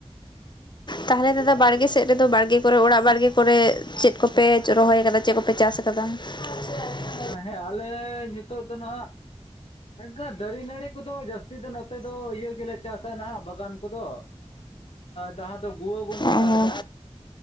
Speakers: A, on the left; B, on the left.
A: ᱛᱟᱦᱚᱞᱮ
B: ᱦᱟᱱᱛᱮ
A: ᱫᱟᱫᱟ
B: ᱦᱟᱱᱛᱮ
A: ᱵᱟᱲᱜᱮ ᱥᱮᱫ ᱨᱮᱫᱚ ᱵᱟᱲᱜᱮᱼᱼ ᱠᱚᱨᱮ ᱚᱲᱟᱜ ᱵᱟᱲᱜᱮ ᱠᱚᱨᱮ ᱪᱮᱫ ᱠᱚᱯᱮ ᱨᱚᱦᱚᱭ ᱟᱠᱟᱫᱟ ᱪᱮᱫ ᱠᱚᱯᱮ ᱪᱟᱥ ᱠᱟᱫᱟ? ᱠᱟᱫᱟ᱾
B: ᱦᱮᱸ ᱦᱮᱸ ᱟᱞᱮ ᱱᱤᱛᱳ ᱫᱚ ᱱᱟ ᱦᱟᱜ ᱾ ᱢᱮᱱᱠᱷᱟᱱ ᱫᱟᱨᱤ ᱱᱟᱹᱲᱤ ᱠᱚᱫᱚ ᱡᱟᱹᱥᱛᱤ ᱫᱚ ᱱᱚᱛᱮ ᱫᱚ ᱤᱭᱟᱹ ᱜᱮᱞᱮ ᱪᱟᱥᱟ ᱱᱷᱟᱸᱜ ᱵᱟᱜᱟᱱ ᱠᱚᱫᱚ᱾ ᱡᱟᱦᱟᱸ ᱫᱚ ᱜᱩᱣᱟᱹ ᱵᱚᱱ ᱢᱮᱛᱟᱜ
A: ᱚ
B: ᱠᱟᱱᱟ